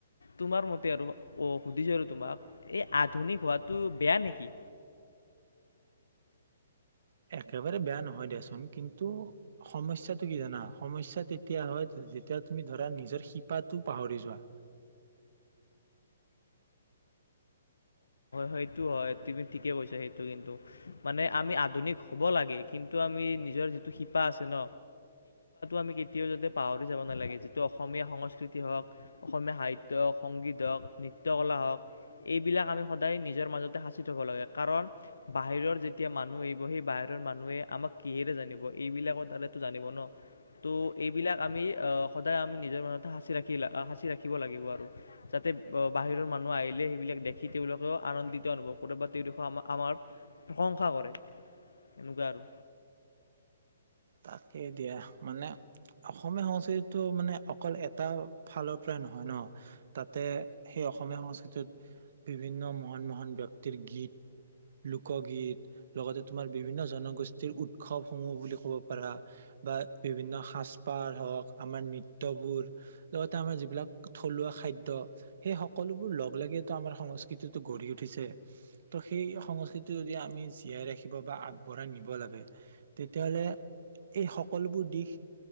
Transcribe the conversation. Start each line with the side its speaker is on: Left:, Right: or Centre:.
Left: তোমাৰ মতে আৰু অ সুধিছো আৰু তোমাক এই আধুনিক হোৱাটো বেয়া নেকি?
Right: একেবাৰে বেয়া নহয় দিয়াচোন কিন্তু সমস্যাটো কি জানা সমস্যা তেতিয়া হয় যেতিয়া তুমি ধৰা নিজৰ শিপাটো পাহৰি যোৱা৷
Left: সেইটো হয় তুমি ঠিকে কৈছা, সেইটো কিন্তু মানে আমি আধুনিক হ'ব লাগে। কিন্তু আমি নিজৰ যিটো শিপা আছে ন, আমি কেতিয়াও যাতে পাহৰি যাব নালাগে। যিটো অসমীয়া সংস্কৃতি ওক অসমীয়া সাহিত্যয় হওক সংগীত হওক নৃত্যকলা হওক এই। বিলাক আমি সদায় নিজৰ মাজতে সাঁচি থব লাগে কাৰণ বাহিৰৰ যেতিয়া মানুহ আহিব সেই বাহিৰৰ মানুহে আমাক কিহেৰে জানিব এইবিলাকৰ দ্বাৰাটো জানিব ন ত' এইবিলাক আমি আহ সদায় আমি নিজৰ মাজতে সাঁচি ৰাখি সাঁচি ৰাখিব লাগিব আৰু যাতে বাহিৰৰ মানুহ আহিলে সেইবিলাক সিটোও বিলাকে আনন্দিত অনুভৱ কৰে বা তেওঁলোকেও আমাক আমাৰ প্ৰশংসা কৰে। এনেকুৱা আৰু
Right: তাকে দিয়া মানে অসমীয়া সংস্কৃতিটো মানে অকল এটা ফালৰ পৰাই নহয় ন তাতে সেই অসমীয়া সংস্কৃতিত বিভিন্ন মহান মহান ব্যক্তিৰ গীত, লোকগীত লগতে তোমাৰ বিভিন্ন জনগোষ্ঠীৰ উৎসৱসমূহ বুলি ক'ব। পৰা বা বিভিন্ন সাজপাৰ হওঁক আমাৰ নৃত্যবোৰ লগতে আমাৰ যিবিলাক থলুৱা খাদ্য সেই সকলোবোৰ লগ লাগিটো আমাৰ সংস্কৃতিতটো গঢ়ি উঠিছে ত' সেই সংস্কৃতি যদি আমি জীয়াই ৰাখিব বা আগবঢ়াই নিব লাগে তেতিয়াহলে এই সকলোবোৰ দিশ